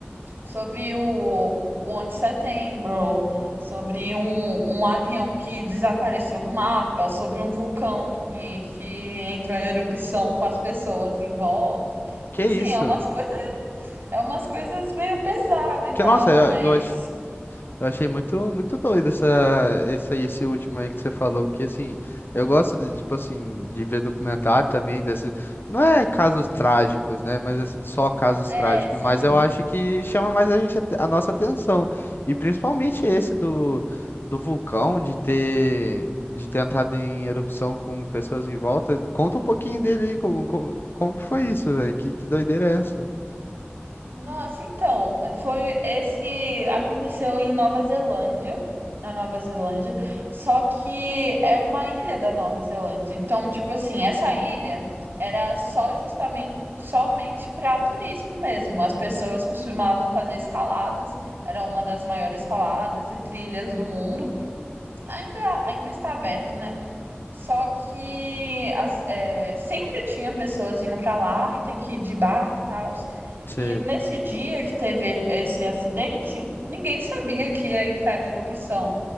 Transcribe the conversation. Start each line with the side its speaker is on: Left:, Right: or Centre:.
Right: sobre o, o 11 de setembro, sobre um, um avião que desapareceu do mapa, sobre um vulcão que, que entrou em erupção com as pessoas em volta.
Left: Que
Right: Tipo assim,
Left: isso?
Right: é umas coisas, é umas coisas meio pesadas e
Left: Que,
Right: tal,
Left: nossa, eu,
Right: mas
Left: eu acho. Eu achei muito, muito doido essa, esse, aí- esse último aí que você falou, porque assim, eu gosto de, tipo assim, de ver documentário também desse, não é casos trágicos, né, mas assim, só casos
Right: é,
Left: trágicos,
Right: sim,
Left: mas eu acho que chama mais a gente, a nossa atenção, e principalmente esse do, do vulcão, de ter, de ter entrado em erupção com pessoas em volta, conta um pouquinho dele aí, como, como, como que foi isso, velho, que, que doideira é essa?
Right: Nossa, então, foi esse aconteceu em Nova Zelândia, na Nova Zelândia, só que é uma ilha da Nova Zelândia. Então, tipo assim, essa ilha era só justamente somente para turismo mesmo. As pessoas costumavam fazer escaladas, era uma das maiores escaladas e trilhas do mundo. Ainda ainda está aberto, né? Só que as- é, sempre tinha pessoas indo pra lá e tem que ir de barco e tal.
Left: Sei.
Right: E nesse dia que teve esse acidente, ninguém sabia que ia entrar em erupção.